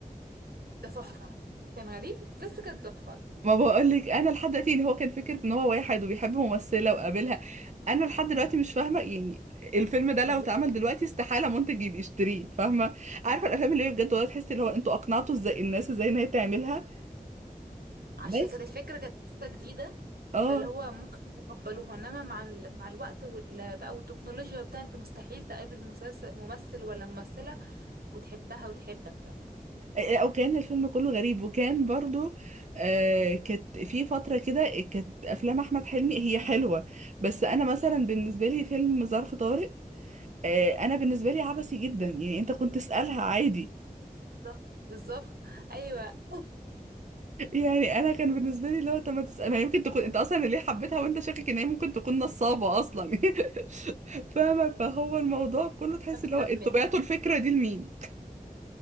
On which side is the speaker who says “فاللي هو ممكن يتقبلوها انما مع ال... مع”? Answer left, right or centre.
Right